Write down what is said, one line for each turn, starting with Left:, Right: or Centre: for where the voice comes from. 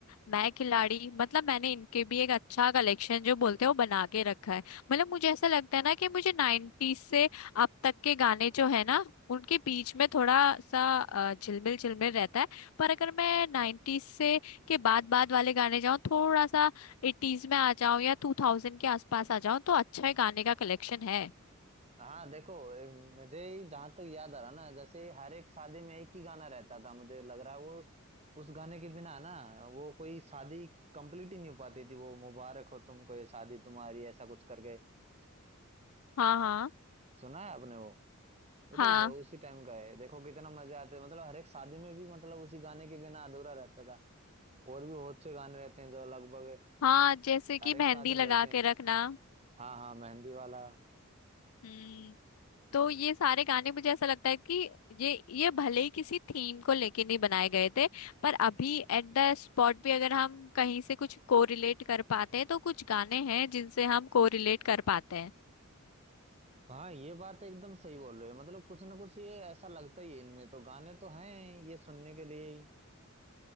Left: मैं खिलाड़ी मतलब मैंने इनके भी एक अच्छा कलेक्शन जो बोलते हैं वो बना के रखा है मतलब मुझे ऐसा लगता है ना कि मुझे नाइन्टीज से अब तक के गाने जो है ना उनके बीच में थोड़ा सा अ, झिलमिल झिलमिल रहता है पर अगर मैं नाइन्टीज से के बाद बाद वाले गाने जाऊं थोड़ा सा एटीज में आ जाओ या टू थाउजेंड के आसपास आ जाओ तो अच्छा है गाने का कलेक्शन है
Right: हाँ देखो ए, मुझे ही जहाँ तक याद आ रहा ना जैसे हर एक शादी में एक ही गाना रहता था मुझे लग रहा है वो उस गाने के बिना ना वो कोई शादी कंप्लीट ही नहीं हो पाती थी वो मुबारक हो तुमको ये शादी तुम्हारी ऐसा कुछ करके
Left: हाँ हाँ
Right: सुना है आपने वो वो
Left: हाँ
Right: तो ब- उसी टाइम का है देखो कितना मजे आते हैं मतलब हर एक शादी में भी मतलब उसी गाने के बिना अधूरा रहता था और भी बहुत से गाने रहते हैं जो लगभग
Left: हाँ जैसे कि
Right: हर एक
Left: मेहंदी
Right: शादी में
Left: लगा
Right: बजते
Left: के
Right: हैं
Left: रखना
Right: हाँ हाँ मेहंदी वाला
Left: हम्म तो ये सारे गाने मुझे ऐसा लगता है कि ये ये भले ही किसी थीम को लेके नहीं बनाए गए थे पर अभी एट द स्पॉट भी अगर हम कहीं से कुछ कोरिलेट कर पाते हैं तो कुछ गाने हैं जिनसे हम कोरिलेट कर पाते हैं
Right: हाँ ये बात एकदम सही बोल रहे हो मतलब कुछ ना कुछ ये ऐसा लगता ही है इनमें तो गाने तो हैं ये सुनने के लिए ही